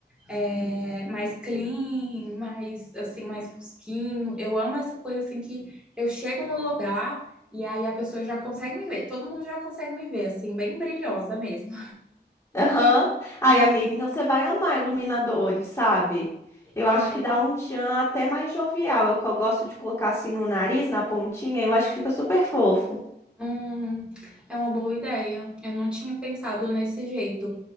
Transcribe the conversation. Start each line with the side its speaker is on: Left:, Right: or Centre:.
Centre: é, mais clean, mais assim, mais fosquinho. Eu amo essa coisa assim que eu chego no lugar e aí a pessoa já consegue me ver. Todo mundo já consegue me ver, assim, bem brilhosa mesmo.
Left: Aham. Ai,
Centre: <laughs>
Left: amiga, então você vai amar iluminadores, sabe? Eu
Centre: Ah,
Left: acho que dá um tchan até mais jovial. Eu co- gosto de colocar assim no nariz, na pontinha, eu acho que fica super fofo.
Centre: hum, é uma boa ideia. Eu não tinha pensado nesse jeito.